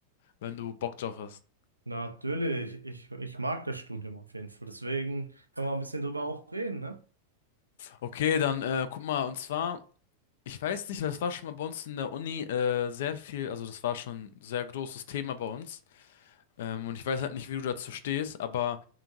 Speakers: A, on the left; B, on the right.
A: wenn du Bock drauf hast.
B: Natürlich, ich, ich mag das Studium auf jeden Fall. Deswegen können wir ein bisschen drüber auch reden, ne?
A: Okay, dann äh, guck mal, und zwar, ich weiß nicht, weil das war schon mal bei uns in der Uni äh, sehr viel, also das war schon ein sehr großes Thema bei uns. Ähm, und ich weiß halt nicht, wie du dazu stehst, aber